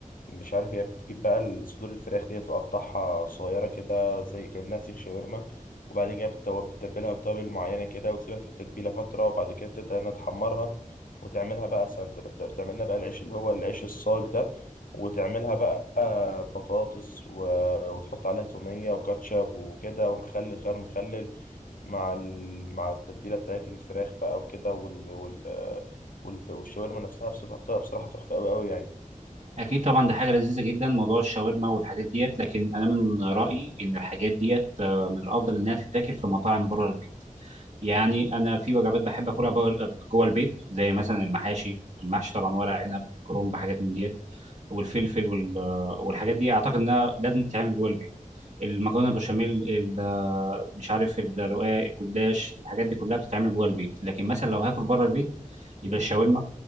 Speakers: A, on the left; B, on the right.
A: مش عارف هي بتجيب بقى الصدور الفراخ دي تقطعها صغيرة كده زي كأنها سيخ شاورما وبعدين كده بتتو- بتتبلها بتوابل معينة كده وتسيبها في التتبيلة فترة وبعد كده بتبدأ إنها تحمرها وتعملها بقى سنت بت- بتعمل لنا بقى العيش اللي هو العيش الصاج ده وتعملها بقى بطاطس و... وتحط عليها تومية وكاتشب وكده ومخلل خيار مخلل مع ال... مع التتبيلة بتاعت الفراخ بقى وكده وال... وال... والف... والشاورما نفسها بصراحة بصراحة تحفة أوي أوي يعني.
B: اكيد طبعا ده حاجه لذيذه جدا موضوع الشاورما والحاجات ديت لكن انا من رايي ان الحاجات ديت آه، من الافضل انها تتاكل في مطاعم بره البيت يعني انا في وجبات بحب اكلها بره- جوه البيت زي مثلا المحاشي المحشي طبعا ورق عنب كرنب حاجات من ديت والفلفل وال- والحاجات دي اعتقد انها لازم تتعمل جوه البيت المكرونه البشاميل ال- مش عارف الرقاق الجلاش الحاجات دي كلها بتتعمل جوه البيت لكن مثلا لو هاكل بره البيت يبقى الشاورما